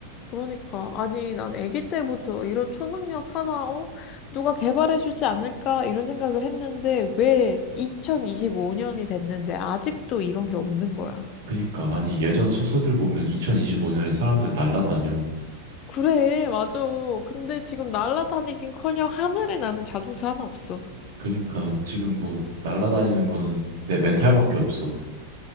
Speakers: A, on the left; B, on the right.
A: 그러니까 아니 난 아기 때부터 이런 초능력 하나 어 누가 개발해 주지 않을까 이런 생각을 했는데 왜 2025년이 됐는데 아직도 이런 게 없는 거야.
B: 그니까. 아니, 예전 소설들 보면 2025년에 사람들 날라다녀.
A: 그래 맞아. 근데 지금 날아다니긴커녕 하늘에 나는 자동차 하나 없어.
B: 그니까. 지금 뭐, 날라다니는 거는 내 멘탈밖에 없어.